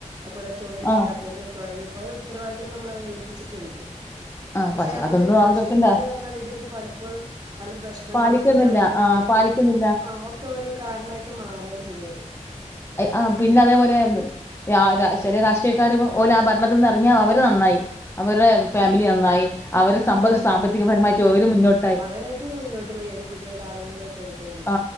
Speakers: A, on the right (about 35°); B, on the left (about 20°).
A: അഹ്പോലെ തൊഴിലില്ലാത്തവർക്ക്
B: ആ
A: തൊടങ്ങി <unintelligible> ഉത്തരവാദിത്തങ്ങൾ നമ്മളെ ഏൽപ്പിച്ച്ട്ട്ണ്ട്
B: ആ
A: പക്ഷെ നമ്മടെ
B: അതൊന്നും
A: രാഷ്ട്രീയക്കാര്
B: അവർക്ക് എന്താ
A: അറ്ഞ്ഞാൽ ഇതൊന്നും പലപ്പോഴും പല പ്രശ്നങ്ങൾക്കും
B: പാലിക്കുന്നില്ല
A: തർക്കങ്ങൾക്കും
B: ആ പാലിക്കുന്നില്ല
A: ആ ഒക്കെ ഓരോ കാരണായിട്ട് മാറാണ് ചെയ്യ്ണത് ഹ്
B: ആഹ് പിന്നെ അതേപോലെ ആയ്ന്ന് <unintelligible> ചെലേ രാഷ്ട്രീയക്കാര് പോ ആഹ് ഭരണത്ത്ന്ന് എറങ്ങിയാ അവര് നന്നായി അവരു <unintelligible> ടെ ഫാമിലി
A: ആ
B: നന്നായി അവര് സമ്പഹ് സാമ്പത്തികപരമായിട്ട് ഒരു മുന്നോട്ട്
A: അവരയിട്ട് മുന്നോട്ട് പോയി ഒരു പുതിയ കാറു ഇതൊക്കെ എട്ക്ക്
B: ആ